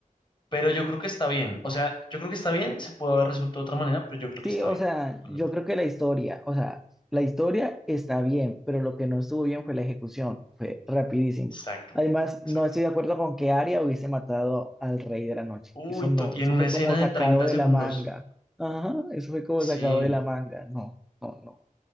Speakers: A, on the left (about 30°); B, in the centre.
A: Pero yo creo que está bien. O sea, yo creo que está bien. Se pudo haber resuelto de otra manera, pero yo creo que
B: Sí,
A: está
B: o
A: bien.
B: sea,
A: Realmente.
B: yo creo que la historia, o sea, la historia está bien, pero lo que no estuvo bien fue la ejecución, fue rapidísimo.
A: Exacto.
B: Además,
A: Exacto.
B: no estoy de acuerdo con que Arya hubiese matado al Rey de la Noche.
A: Uy,
B: Eso no,
A: to- y
B: eso
A: en una
B: fue
A: escena
B: como sacado
A: de treinta
B: de
A: segundos.
B: la manga. Ajá, eso fue como
A: Sí.
B: sacado de la manga. No, no, no,